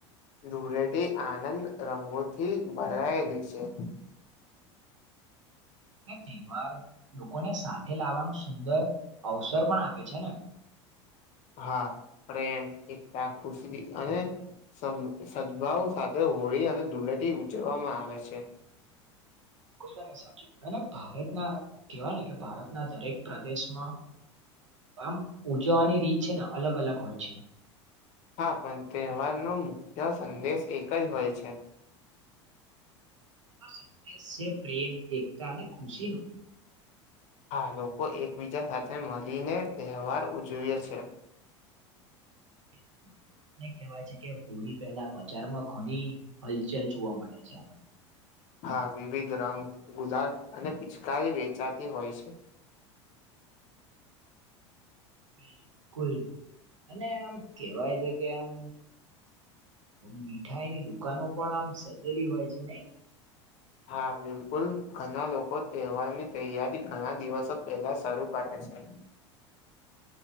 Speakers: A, on the left; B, on the right.
A: ધૂરેટી આનંદ રંગોથી ભરાયેલી છે.
B: ને તેવાર લોકોને સાથે લાવવાનું સુંદર અવસર પણ આપે છે ને. <inaudible>
A: હા. પ્રેમ એકતા ખુશી અને સમ સદભાવ સાથે હોળી અને ધૂલે ટી ઉજવવામાં આવે છે.
B: <unintelligible> અને ભારતના કેવાય ને કે ભારતના દરેક પ્રદેશમાં આમ ઉજવવાની રીત છે ને અલગ અલગ હોય છે.
A: હા પણ તહેવારનો મુખ્ય સંદેશ એક જ હોય છે.
B: એતો સંદેશ છે પ્રેમ એકતા અને ખુશી નો
A: હા લોકો એકબીજા સાથે મળીને તહેવાર ઉજવે છે.
B: હ ને કહેવાય છે કે હોળી પહેલા બજારમાં ઘણી હલચલ જોવા મળે છે.
A: હા વિવિધ રંગ ગુલાલ અને પિચકારી વેચાતી હોય છે.
B: ની કોઈ અને આમ કેવાય છે, કે આમ મીઠાઈની દુકાનો પણ આમ સજેલી હોય છે, ને
A: હા બિલકુલ ઘણા લોકો તહેવારની તૈયારી ઘણા દિવસો પહેલા શરૂ કરે છે.
B: <inaudible>